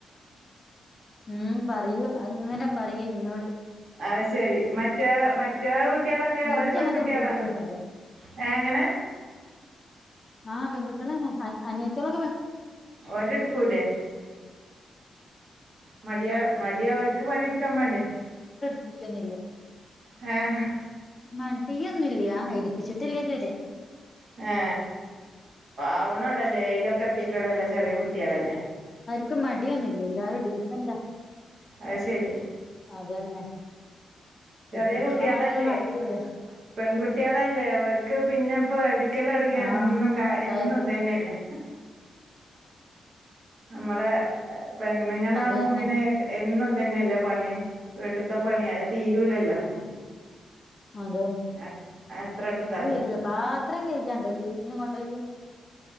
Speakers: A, on the left; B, on the right.
A: ഉം പറയും അങ്ങനെ പറയും ഇന്നോട്
B: അത് ശരി മറ്റേ മറ്റേ കുട്ടികളൊക്കെ
A: ഇൻക്ക്
B: ഒരു പെൺകുട്ടികളാണോ
A: അങ്ങനത്തെ ബുദ്ധിമുട്ടൊന്നുല്ല
B: എ എങ്ങനെ
A: ആ പെൺകുട്ടികളാണ് അൻ അനിയത്തിളൊ
B: ഓരടുക്കൂലെ മടിയാ മടി അവർക്ക് പണിയെടുക്കാ മടിയ
A: ക്കുന്നില്ല
B: ഹേഹ്
A: മടിയൊന്നുല്യാ എടിപ്പിച്ചിട്ടില്ല ഇതുവരെ
B: ഏ ആവണള്ളുല്ലേ ഏഴിലേക്ക്ത്തിട്ടുള്ളല്ലേ ചെറിയ കുട്ടികളല്ലേ
A: ക്ക് മടിയൊന്നുല്ല എല്ലാരും ഡീസന്റാ
B: അത് ശരി
A: അതന്നെ
B: ചെറിയ
A: എടുപ്പിക്കാൻ
B: കുട്ടികളല്ലേ
A: മാത്രൊന്നും ആയിട്ടില്ല
B: പെൺകുട്ടികളല്ലേ അവർക്ക് പിന്നെ ഇപ്പൊ എടുക്കലൊട്ങ്ങിയ
A: ആഹ്
B: എന്നും കാ
A: കായപോ
B: എന്നും ഇതന്നെയല്ലേ നമ്മള് പെണ്ണുങ്ങളാമ്പോ
A: അതന്നെ
B: പിന്നെ എന്നും തന്നെയല്ലേ പണി വീട്ടിത്തെ പണിയാ ഇട് യൂലല്ലോ
A: അതന്നെ
B: എ എത്ര ഇട്ത്താലും
A: അത് തീരൂല <unintelligible> <unintelligible>